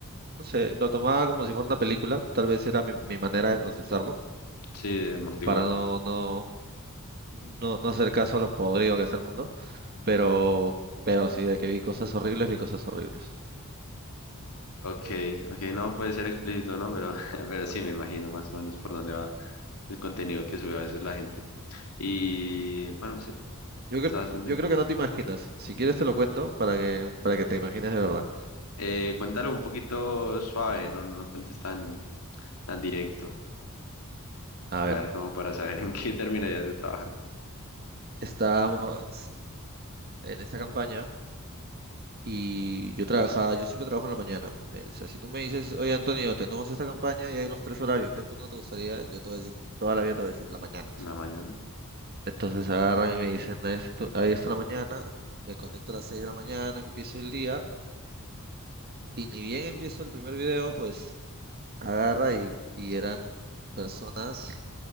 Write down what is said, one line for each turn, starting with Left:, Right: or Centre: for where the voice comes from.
Right: no sé, lo tomaba como si fuera una película. Tal vez era mi, mi manera de procesarlo
Left: Sí, de amortiguarlo.
Right: para no, no, no, no hacer caso a lo podrido que está el mundo. Pero, pero sí, de que vi cosas horribles, vi cosas horribles.
Left: Ok, ok, no puede ser explícito, ¿no? Pero, <laughs> pero sí, me imagino más o menos por dónde va el contenido que sube a veces la gente. Y bueno, sí,
Right: Yo,
Left: está
Right: cre-
Left: bastante
Right: yo
Left: bien.
Right: creo que no te imaginas. Si quieres te lo cuento para que, para que te imagines de verdad.
Left: Eh, cuéntalo un poquito suave, no, no lo cuentes tan, tan directo.
Right: A ver,
Left: A ver, como para saber <laughs> en qué terminarías de trabajar
Right: estábamos en esta campaña y yo trabajaba, yo siempre trabajo en la mañana. me- O sea, si tú me dices, oye Antonio, tenemos esta campaña y hay los tres horarios que tú no te gustaría, yo te voy a decir, toda la vida te voy a decir la mañana.
Left: en la mañana.
Right: Entonces agarran y me dicen, ahí está ahí está la mañana, me conecto a las 6 de la mañana, empiezo el día y ni bien empiezo el primer video, pues agarra y, y eran personas,